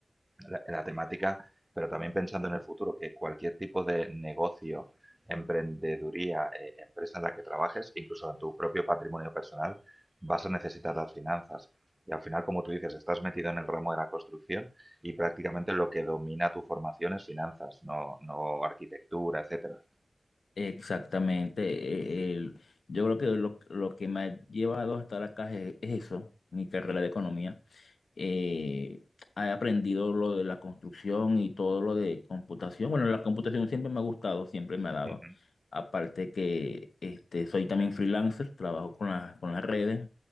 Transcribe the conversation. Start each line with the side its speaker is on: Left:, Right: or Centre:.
Right: la, la temática, pero también pensando en el futuro que cualquier tipo de negocio, emprendeduría, eh, empresa en la que trabajes, incluso en tu propio patrimonio personal, vas a necesitar las finanzas. Y al final, como tú dices, estás metido en el ramo de la construcción y prácticamente lo que domina tu formación es finanzas, no, no arquitectura, etcétera.
Left: Exactamente. eh, el- yo creo que lo, lo que me ha llevado a estar acá es, es eso, mi carrera de economía. Eh, he aprendido lo de la construcción y todo lo de computación. Bueno, la computación siempre me ha gustado, siempre me ha dado.
Right: Ujú,
Left: Aparte que este, soy también freelancer, trabajo con las, con las redes